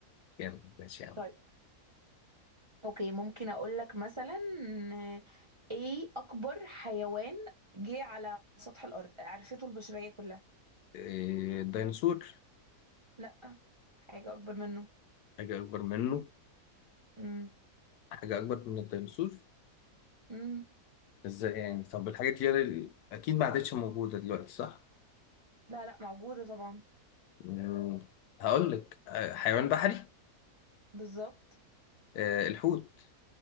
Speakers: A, on the left (about 80°); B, on the right (about 50°).
A: جامد ماشي يا عم
B: طيب أوكي ممكن أقول لك مثلا آه، إيه أكبر حيوان جه على سطح الأرض عرفته البشرية كلها
A: إيه، الديناصور
B: لا حاجة أكبر منه
A: حاجة اكبر منه
B: امم
A: حاجة اكبر من الديناصور
B: امم
A: ازاي يعني طب الحاجات دي اللي- اكيد ما عادتش موجودة دلوقتي صح؟
B: لا لا موجودة طبعا
A: مم، هقول لك آه، حيوان بحري
B: بالظبط
A: آه، الحوت